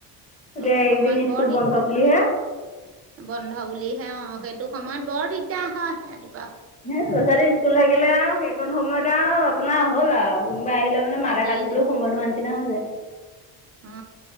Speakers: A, on the left; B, on the right.
A: এতিয়া
B: সতো
A: এইকেইদিন
B: সমান বৰ
A: স্কুল
B: দিগদাৰ
A: বন্ধ বুলিহে
B: বন্ধ বুলিহে অ। অ সেইটো সময়ত বৰ দিগদাৰ হয় সেই।
A: হে ল'ৰা ছোৱালী স্কুল থাকিলে আৰু সেইকণ সময়ত আৰু আপোনাৰ হ'ল আৰু কোনোবা আহিলে মানে মাত
B: আজৰি
A: এখা সময় নোহোৱা নিচিনা হৈ যায়।
B: অ